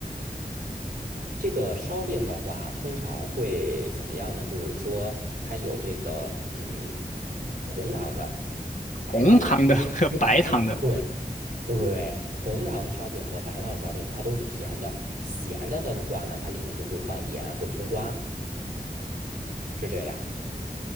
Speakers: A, on the right (about 55°); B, on the left (about 50°).
A: 这个烧饼的话，通常会怎么样呢？就是说，它有这个嗯，红糖的、白糖的。
B: 红糖的和白糖的
A: 对对，红糖烧饼和白糖烧饼，它都是甜的。咸的的话呢，它里边就会放盐和葱花，是这样。